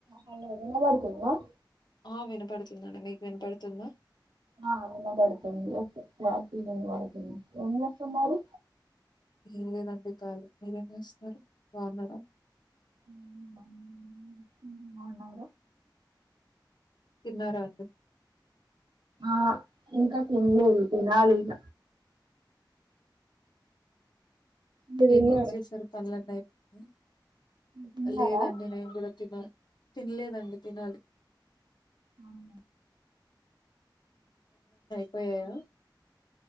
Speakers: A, on the right (about 70°); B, on the left (about 60°).
A: Hello వినబడుతుందా
B: ఆ వినపడుతుందండి మీక్ వినపడుతుందా
A: ఆ వినబడుతుంది ఒకే క్లార్ టీగా వినబడుతుంది ఎం జెస్తన్నారు
B: ఏం లేదండి కలి మీరేం జెస్ న్నారు బాఉన్నార
A: ఉ బమ్ ఉ బాఉన్నార
B: తిన్నార అండి
A: ఆ ఇంకా తిన్ లేదు తినాలి ఇగ మీరు
B: ఏమ్
A: తిన్నారా
B: కుక్ చేస్ నారు కల్ నల్ అయ్ ప్ ఊ
A: తిన్నారా
B: లేదండి నేన్ కూడా తిన తిన్ లేదండి తినాలి
A: ఔనా
B: పోయాయ